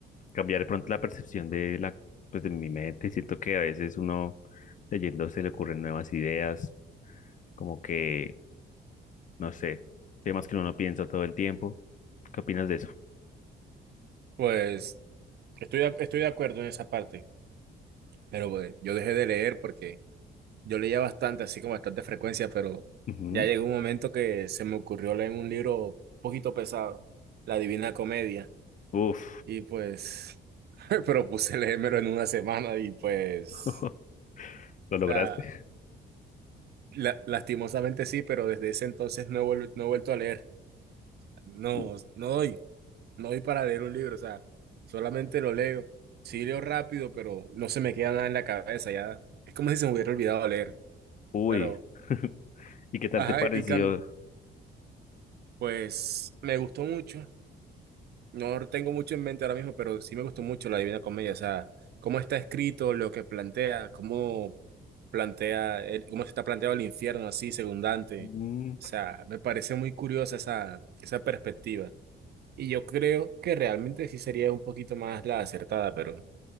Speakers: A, on the left; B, on the right.
A: cambiar de pronto la percepción de la, pues de mi mente. Siento que a veces uno leyendo se le ocurren nuevas ideas, como que, no sé, temas que uno no piensa todo el tiempo. ¿Qué opinas de eso?
B: Pues estoy de, estoy de acuerdo en esa parte, pero pues, yo dejé de leer porque yo leía bastante, así como bastante frecuencia, pero
A: Ujú.
B: ya llegó un momento que se me ocurrió leer un libro un poquito pesado, La Divina Comedia,
A: Uf,
B: y pues <laughs> propuse leérmelo en una semana y pues,
A: <laughs> ¿lo
B: o
A: lograste?
B: sea, la- lastimosamente sí, pero desde ese entonces no he, vuel- no he vuelto a leer, no,
A: U-
B: no doy. no voy para leer un libro, o sea, solamente lo leo. Sí leo rápido, pero no se me queda nada en la cabeza, ya. Es como si se me hubiera olvidado leer,
A: Uy,
B: pero,
A: <laughs> ¿y qué tal
B: ajá,
A: te pareció?
B: y Cam, pues me gustó mucho. No tengo mucho en mente ahora mismo, pero sí me gustó mucho la Divina Comedia, o sea, cómo está escrito, lo que plantea, cómo plantea, el- cómo se está planteado el infierno así, según Dante.
A: Mm,
B: O sea, me parece muy curiosa esa, esa perspectiva. Y yo creo que realmente sí sería un poquito más la acertada, pero...